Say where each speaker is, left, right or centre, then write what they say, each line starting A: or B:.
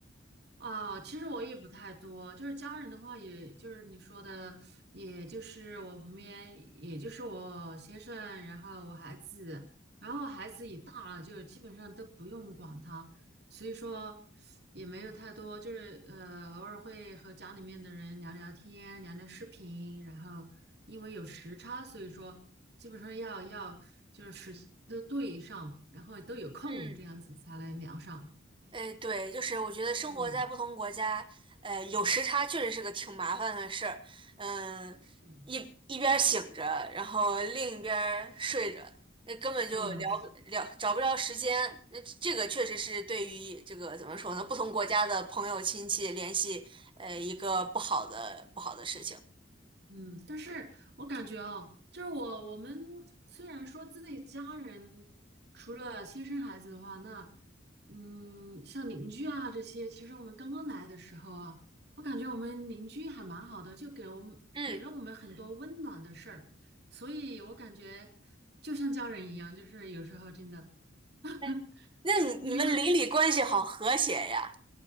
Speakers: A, on the right; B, on the right.
A: 哦，其实我也不太多，就是家人的话，也就是你说的，也就是我旁边，也就是我先生，然后我孩子，然后孩子也大了，就基本上都不用管他，所以说也没有太多，就是呃，偶尔会和家里面的人聊聊天，聊聊视频，然后因为有时差，所以说基本上要要就是时间都对上，然后都有空，
B: 嗯，
A: 这样子才能聊上，
B: 哎，对，就是我觉得生活在不同国家，
A: 嗯。
B: 呃，有时差确实是个挺麻烦的事儿。嗯，
A: 嗯，
B: 一一边儿醒着，然后另一边儿睡着，那根本就聊不聊找不着时间。
A: 嗯，
B: 那这个确实是对于这个怎么说呢，不同国家的朋友亲戚联系，呃，一个不好的不好的事情。
A: 嗯，但是我感觉哦，就是我我们虽然说自己家人除了亲生孩子的话，那嗯，像邻居啊这些，其实我们刚刚来的时候啊，我感觉我们邻居还蛮好的，就给我们给了我们很多温暖的事儿，
B: 嗯，
A: 所以我感觉就像家人一样，就是有时候真的，<laughs>
B: 哎，那你你们邻里关系好和谐呀？
A: 你们有